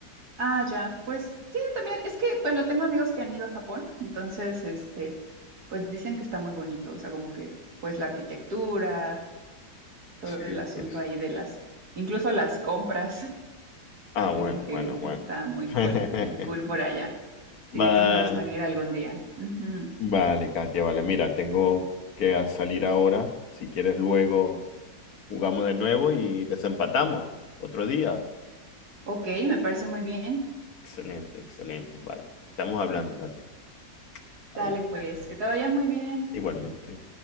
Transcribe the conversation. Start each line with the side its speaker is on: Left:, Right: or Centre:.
Right: Ah, ya, pues sí, también, es que, bueno, tengo amigos que han ido a Japón, entonces, este, pues dicen que está muy bonito, o sea, como que, pues la arquitectura, todo
Left: Sí,
Right: el asunto
Left: sí.
Right: ahí de las, incluso las compras.
Left: Ah, bueno,
Right: Dicen que
Left: bueno, bueno.
Right: está muy
Left: <laughs>
Right: cool, muy cool por allá. Sí,
Left: Vale,
Right: entonces me gustaría ir algún día. Ujú.
Left: vale, Katia, vale. Mira, tengo que a- salir ahora. Si quieres, luego jugamos de nuevo y desempatamos otro día.
Right: Ok, me parece muy bien.
Left: Excelente, excelente. Vale, estamos hablando, Katia. Adiós.
Right: Dale pues, que te vaya muy bien.
Left: Igualmente.